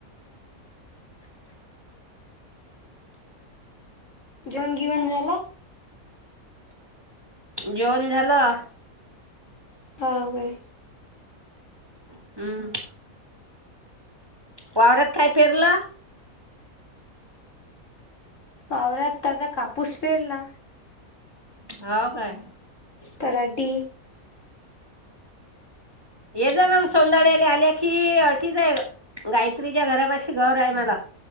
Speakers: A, on the left; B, on the right.
A: जेवण बीवण झाल.
B: जेवण झालं.
A: हा होय.
B: हम्म. वावरत काय पेरलं.
A: वावरात त्याचा कापूस पेरला.
B: हो काय
A: कराठी.
B: ये ना मग सोनारेला आल्या कि, अटी आहे. गायत्रीच्या घरापाशी घर आहे बघा.